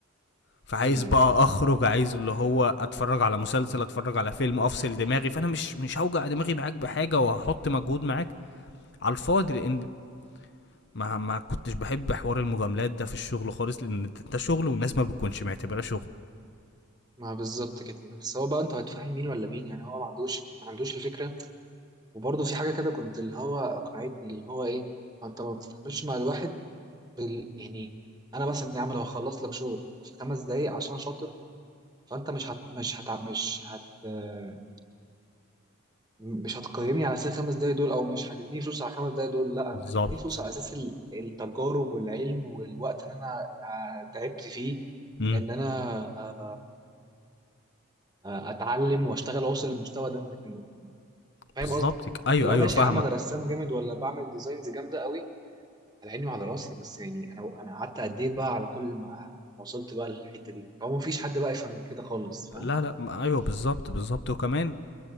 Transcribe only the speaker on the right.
امم
ما بالظبط كده بس هو بقى انت هتفهم مين ولا مين يعني هو ما عندوش ما عندوش الفكرة وبرضه في حاجة كده كنت اللي هو أقنعتني اللي هو إيه انت ما بتتعاملش مع الواحد بال... يعني انا مثلا يا عم لو هخلص لك شغل في خمس دقايق عشان شاطر فانت مش هت... مش هت... مش هت... آه، مش هتقيمني على اساس الخمس دقايق دول او مش هتديني فلوس على الخمس دقايق دول لا
انت هتديني فلوس على اساس ال- التجارب والعلم والوقت ان انا آه، تعبت فيه
ان انا آه، آه، اتعلم واشتغل واوصل للمستوى ده لكن فاهم
قصدي
اللي
هو ماشي
يا عم انا رسام جامد ولا بعمل ديزاينز جامده قوي على عيني وعلى راسي بس يعني انا انا قعدت قد ايه بقى على كل ما وصلت بقى للحته دي هو مفيش حد بقى يفهم كده خالص فاهم